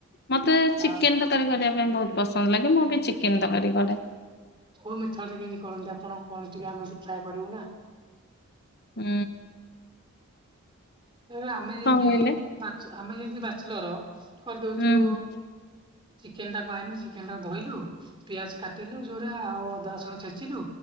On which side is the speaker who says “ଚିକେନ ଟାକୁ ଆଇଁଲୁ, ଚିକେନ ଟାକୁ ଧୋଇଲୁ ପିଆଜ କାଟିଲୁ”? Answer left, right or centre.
Right